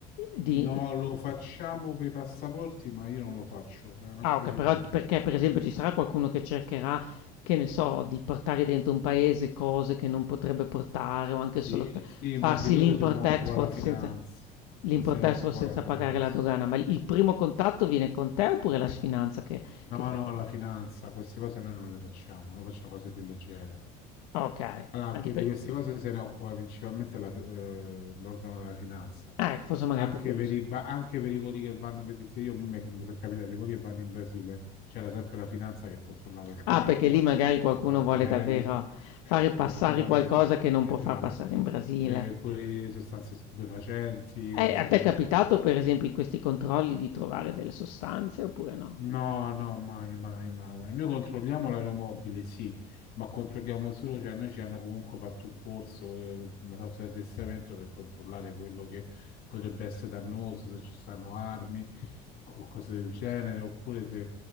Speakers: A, on the left; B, on the left.
A: di-
B: no, lo facciamo per i passaporti, ma io non lo faccio, è un altro
A: Ah ok,
B: tipo
A: però
B: di...
A: perché per esempio ci sarà qualcuno che cercherà, che ne so, di portare dentro un paese cose che non potrebbe portare o anche
B: Sì,
A: solo t-
B: sì,
A: farsi
B: ma di quello
A: l'import-export
B: se ne occupa la finanza,
A: senza, l'import-export
B: se ne occupa
A: senza
B: la finanza.
A: pagare la dogana, ma il primo contatto viene con te oppure la sfinanza che,
B: No,
A: che fai?
B: no,
A: con-
B: la finanza, queste cose noi non le facciamo, noi facciamo cose più leggere.
A: Ok,
B: Allora,
A: anche
B: que-
A: per...
B: di queste cose se ne occupa principalmente la- eh, l'organo della finanza.
A: Ah, ecco, forse magari
B: Anche
A: per quello
B: per
A: sì.
B: i, ba- anche per i voli che vanno, per dirti io, mi mi sono capitato, i voli che vanno in Brasile, c'era sempre la finanza che controllava il cargo,
A: Ah, perché lì magari
B: controllava
A: qualcuno vuole
B: l'aereo,
A: davvero
B: E certo,
A: fare passare
B: perché là magari,
A: qualcosa che non
B: esatto,
A: può far passare in Brasile.
B: per pure sostanze stupefacenti, qualsiasi
A: Eh, a te
B: cosa.
A: è capitato per esempio in questi controlli di trovare delle sostanze oppure no?
B: No, no, mai, mai, mai, mai. Noi controlliamo l'aeromobile, sì, ma controlliamo solo, cioè noi ci hanno comunque fatto un corso, eh, una sorta di addestramento per controllare quello che potrebbe essere dannoso, se ci stanno armi, co- cose del genere, oppure se